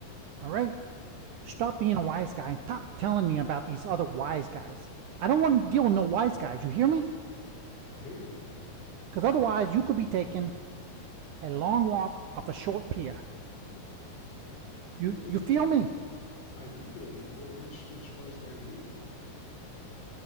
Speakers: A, on the right; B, on the left.
A: All right, stop being a wise guy and stop telling me about these other wise guys. I don't want to deal with no wise guys. You hear me?
B: I hear you.
A: Because otherwise, you could be taken a long walk off a short pier. You
B: Wh- wh-
A: you
B: wh-
A: feel me?
B: I do feel you. I wonder which which wise guy I'm dealing with, though.